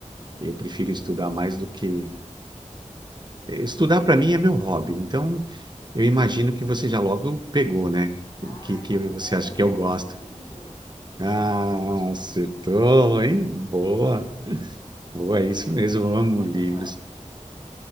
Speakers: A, on the right (about 35°); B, on the left (about 30°).
A: Eu prefiro estudar mais do que. eh, Estudar para mim é meu hobby. Então, eu imagino que você já logo pegou, né?
B: Ah,
A: O que, que
B: então você
A: você
B: é um
A: acha
B: homem
A: que
B: que
A: eu gosto?
B: gosta de livros.
A: Ah, acertou, hein? Boa, boa,
B: E que
A: é isso
B: tipo
A: mesmo,
B: de livros
A: eu amo
B: você
A: livros.
B: gosta?